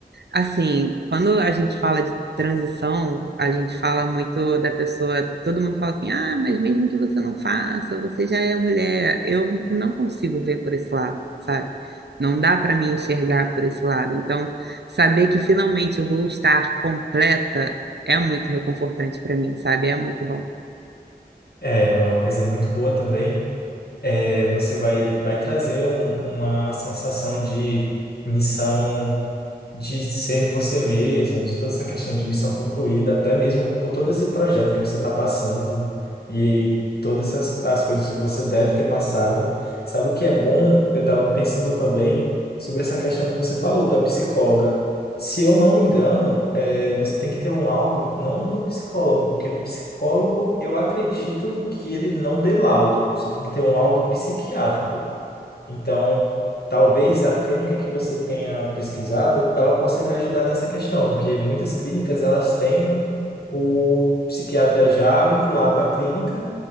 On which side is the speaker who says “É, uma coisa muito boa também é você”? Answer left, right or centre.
Left